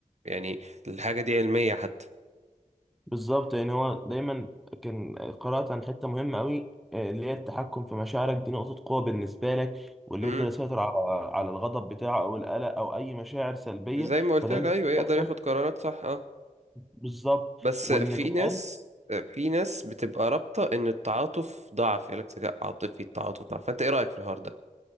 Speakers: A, on the right; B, in the centre.
A: يعني الحاجة دي علمية حتى
B: بالظبط يعني هو دايما كان قرات عن حته مهمه قوي آه، اللي هي التحكم في مشاعرك دي نقطه قوه بالنسبه لك واللي
A: مم.
B: يقدر يسيطر على على الغضب بتاعه او القلق او اي مشاعر سلبيه
A: زي ما قلت
B: فده
A: لك
B: بيخليه
A: ايوه يقدر
B: اصلا
A: ياخد قرارات صح اه
B: بالظبط
A: بس
B: وان
A: في
B: كمان
A: ناس في ناس بتبقى رابطة ان التعاطف ضعف يقول لك ذكاء عاطفي التعاطف ضعف فانت ايه رأيك في الحوار ده؟